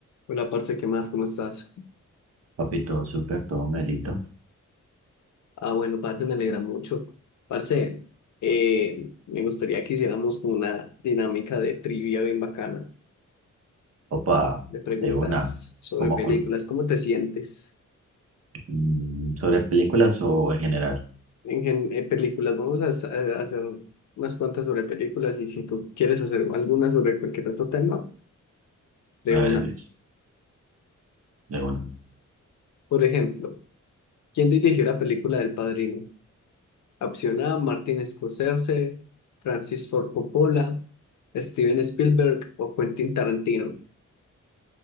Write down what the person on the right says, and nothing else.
Papi, todo súper, todo melito.
Opa,
de una.
Como
cul-
mm, sobre películas o en general.
A
ver, ves, de una.